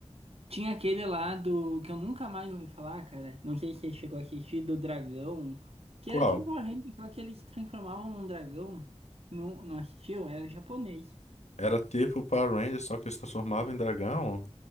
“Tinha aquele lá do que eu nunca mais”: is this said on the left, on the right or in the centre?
Right